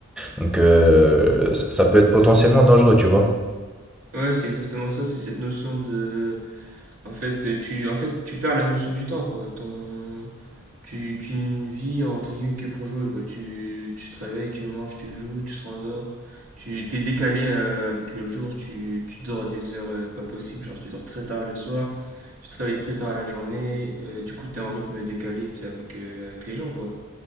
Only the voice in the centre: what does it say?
Donc euh, ça ça peut être potentiellement dangereux, tu vois.